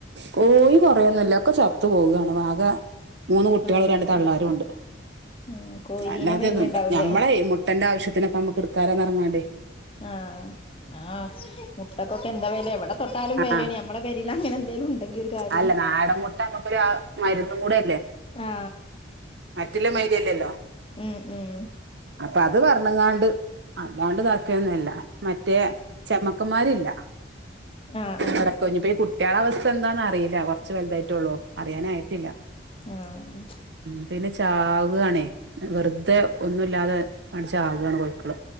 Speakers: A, on the right; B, on the left.
A: കോയി കൊറെയോന്നുല്ല. ഒക്കെ ചത്ത് പോവുകയാണ് വാക മൂന്ന് കുട്ടികളും
B: ആഹ്
A: രണ്ട് തള്ളാരും ഉണ്ട്
B: ഉം കോഴീദീനം
A: അല്ലാതെയൊന്നുവില്ല
B: വരുന്നുണ്ടാവൂലേ
A: ഞമ്മളെ മു ആവശ്യത്തിനക്കെ നമ്മുക്ക് എടുക്കാലോങ്ങെറങ്ങാണ്ടേ
B: ആ ആ മുട്ടക്കൊക്കെ എന്താ വെല എവിടെ തൊട്ടാലും വെല്യാണ്
A: ആഹ്
B: നമ്മടെ പെരേല് അങ്ങനെന്തെലും ഉണ്ടെങ്കി ഒരു കാര്യ
A: അല്ല നാടൻ മുട്ട നമുക്കൊരു മരുന്നും കൂടെ അല്ലേ
B: ആ
A: മറ്റുള്ള മാതിരിയല്ലല്ലോ
B: ഉം ഉം
A: അപ്പൊ അത് പറഞ്ഞുങ്ങാണ്ട് <unintelligible> മറ്റേ ചമ്മക്കന്മാരില്ല
B: ആഹ് ആഹ്
A: അടക്കൊഞ്ഞപ്പ ഈ കു കുട്ട്യാളവസ്ഥ എന്താന്നറിയില്ല കൊറച്ച് വലുതായിട്ടേ ഉള്ളൂ. അറിയാനായിട്ടില്ല.
B: ആഹ്
A: ഉം പിന്നെ ചാവ്വാണേ വെർതെ ഒന്നുല്ലാതെ ങ്ങട്ട് ചാക്വാണ് കോയിക്കള്.